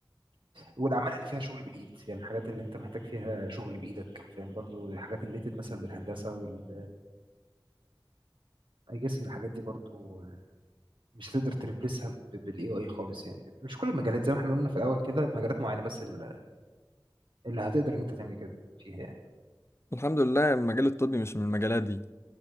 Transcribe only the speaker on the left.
الحمد لله المجال الطبي مش من المجالات دي